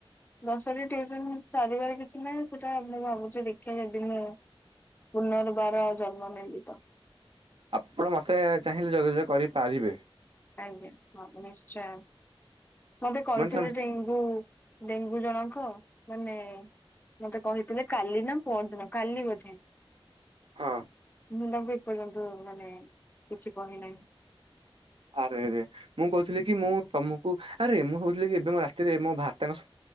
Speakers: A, on the left (about 20°); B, on the right (about 65°).
A: ଦଶରେ ଟିଉସନ ସାରିବାର କିଛି ନାହିଁ ସେଟା ମୁଁ ଭାବୁଛି ଦେଖିବା ଯଦି ମୁଁ ପୁନର୍ବାର ଆ ଜନ୍ମ ନେବିତ।
B: ଆପଣ ମୋତେ ଚାହିଁଲେ ଯୋଗାଯୋଗ କରିପାରିବେ।
A: ଆଜ୍ଞା ହଁ, ନିଶ୍ଚୟ ମତେ କହିଥିଲି
B: ମାନେ ତମେ
A: ତି ହୁଁ-ଉ-ଉ-ଉ ଡେଙ୍ଗୁ ଜଣକ ମାନେ-ଏ-ଏ-ଏ ମତେ କହିଥିଲେ କାଲି ନା ପର ଦିନ, କାଲି ବୋଧେ
B: ହଁ,
A: ମୁଁ ତାଙ୍କୁ ଏପର୍ଯ୍ୟନ୍ତ ମାନେ କିଛି କହି ନାହିଁ।
B: ଆରେ ଆରେ। ମୁଁ କହୁଥିଲି କି ମୁଁ ତମକୁ, ଆରେ ମୁଁ କହୁଥିଲି ଏବେ ମ ରାତିରେ ମୋ ଭାରତାଙ୍କ ସ